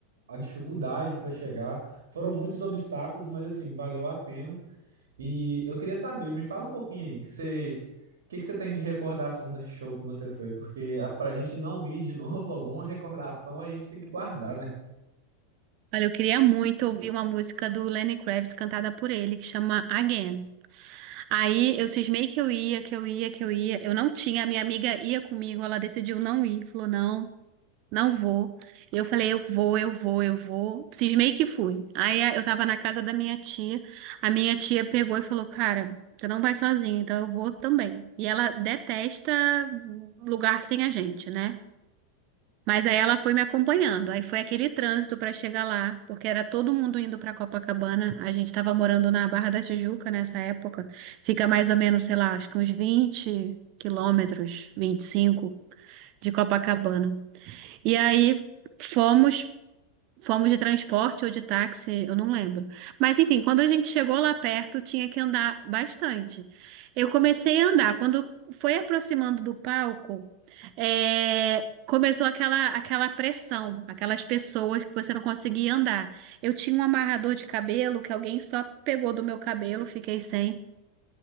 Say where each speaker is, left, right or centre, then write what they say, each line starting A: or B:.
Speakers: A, on the right; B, on the right.
A: a dificuldade para chegar. Foram muitos obstáculos, mas assim, valeu a pena. E eu queria saber, me fala um pouquinho aí, que você, o que que você tem de recordação desse show que você foi? Porque a, pra gente não ir de novo, <laughs> alguma recordação a gente tem que guardar, né?
B: Olha, eu queria muito ouvir uma música do Lenny Kravitz cantada por ele, que chama Again. Aí eu cismei que eu ia, que eu ia, que eu ia. Eu não tinha, a minha amiga ia comigo, ela decidiu não ir, falou não, não vou. E Eu falei, eu vou, eu vou, eu vou. Cismei que fui. Aí a- eu tava na casa da minha tia, a minha tia pegou e falou, cara, você não vai sozinha, então eu vou também. E ela detesta lugar que tem a gente, né? Mas aí ela foi me acompanhando. Aí foi aquele trânsito para chegar lá, porque era todo mundo indo para Copacabana. A gente estava morando na Barra da Tijuca nessa época. Fica mais ou menos, sei lá, acho que uns 20 quilômetros, 25 de Copacabana. E aí fomos Fomos de transporte ou de táxi, eu não lembro. Mas enfim, quando a gente chegou lá perto, tinha que andar bastante. Eu comecei a andar. Quando foi aproximando do palco, é, começou aquela, aquela pressão, aquelas pessoas que você não conseguia andar. Eu tinha um amarrador de cabelo que alguém só pegou do meu cabelo, fiquei sem.